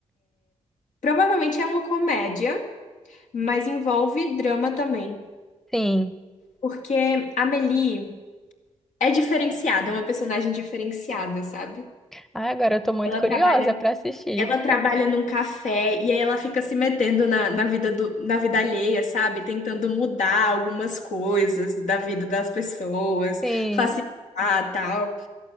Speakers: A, on the left; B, in the centre.
A: Provavelmente é uma comédia, mas envolve drama também.
B: Sim.
A: Porque a Amélie é diferenciada, é uma personagem diferenciada, sabe?
B: Ah, agora eu tô muito
A: Ela
B: curiosa
A: trabalha,
B: pra assistir.
A: ela trabalha num café e aí ela fica se metendo na, na vida do, na vida alheia, sabe? Tentando mudar algumas coisas da vida das pessoas,
B: Sim.
A: facilitar, tal.